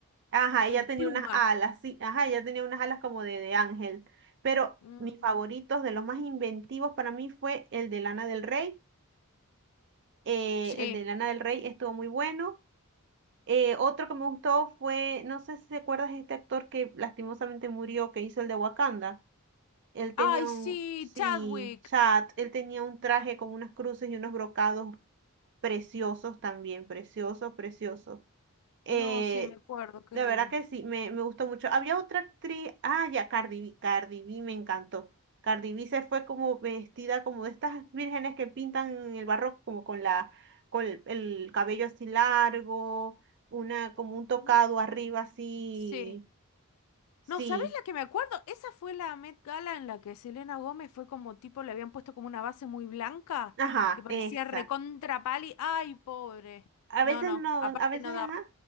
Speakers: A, on the right; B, on the left.
A: Ajá,
B: p- p-
A: ella
B: de
A: tenía
B: pluma.
A: unas alas, sí, ajá, ella tenía unas alas como de, de ángel. Pero
B: Mm,
A: mis favoritos, de los más inventivos para mí fue el de Lana del Rey. eh,
B: sí.
A: el de Lana del Rey estuvo muy bueno. Eh, otro que me gustó fue, no sé si te acuerdas de este actor que lastimosamente murió, que hizo el de Wakanda. Él tenía
B: Ay,
A: un,
B: sí,
A: sí,
B: Chadwick.
A: chat, él tenía un traje con unas cruces y unos brocados preciosos también, preciosos, preciosos. Eh,
B: No, sí, me acuerdo, qué
A: de
B: lindo.
A: verdad que sí, me, me gustó mucho. Había otra actriz, ah, ya, Cardi B, Cardi B me encantó. Cardi B se fue como vestida como de estas vírgenes que pintan en el barroco, como con la, con el, el cabello así largo, una, como un tocado
B: Mm,
A: arriba así,
B: sí.
A: sí,
B: No, ¿sabés la que me acuerdo? Esa fue la Met Gala en la que Selena Gómez fue como tipo, le habían puesto como una base muy blanca,
A: ajá,
B: que parecía
A: esa.
B: recontra pali. ¡Ay, pobre!
A: A
B: No,
A: veces
B: no,
A: no,
B: aparte
A: a veces,
B: no
A: ajá,
B: daba.